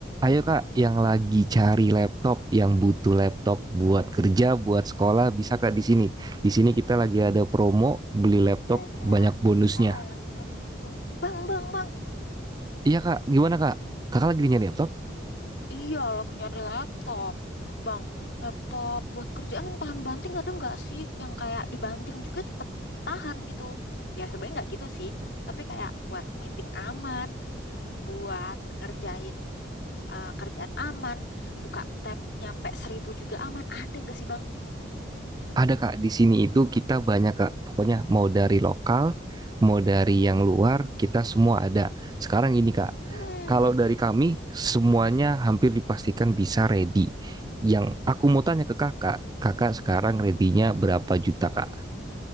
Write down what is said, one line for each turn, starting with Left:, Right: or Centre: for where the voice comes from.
Right: Ayo Kak, yang lagi cari laptop, yang butuh laptop buat kerja, buat sekolah, bisa Kak di sini. Di sini kita lagi ada promo beli laptop
Left: ada
Right: banyak bonusnya.
Left: laptop Terus tuh bang bang bang
Right: Iya Kak, gimana Kak? Kakak lagi nyari laptop?
Left: iya lagi nyari laptop bang laptop buat kerjaan yang tahan banting ada nggak sih yang kayak dibanting juga tetap tahan gitu ya sebenarnya nggak gitu sih tapi kayak buat meeting aman buat ngerjain eh, kerjaan aman buka tab nyampe seribu juga aman ada nggak sih bang
Right: Ada Kak, di sini itu kita banyak Kak. Pokoknya mau dari lokal, mau dari yang luar, kita semua ada. Sekarang ini Kak,
Left: hmm
Right: kalau dari kami semuanya hampir dipastikan bisa ready. Yang aku mau tanya ke Kakak, Kakak sekarang ready-nya berapa juta Kak?